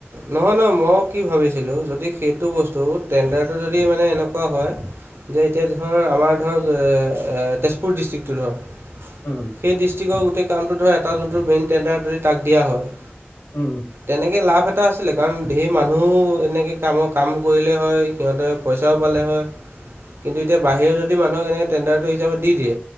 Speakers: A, on the right; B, on the left.
A: নহয় নহয় মই কি ভাবিছিলো যদি সেইটো বস্তু টেণ্ডাৰটো যদি মানে এনেকুৱা হয়। যে এতিয়া ধৰ আমাৰ ধৰ তেজপুৰ ডিষ্ট্ৰিকটো ধৰ।
B: উম
A: সেই ডিষ্ট্ৰিকৰ গোটেই কামণটোত ধৰ এটা যোনটো মেইন টেণ্ডাৰ যৰি তাক দিয়া হয়।
B: উম, উম।
A: তেনেকে লাভ এটা আছিলে কাৰণ ধেই মানুহো এনেকে কামৰ কাম কৰিলে হয়। সিহঁতে পইচাও পালে হয়। কিন্তু এতিয়া বাহিৰত যদি মানুহক এনেকৈ টেণ্ডাৰটো হিচাপত দি দিয়ে।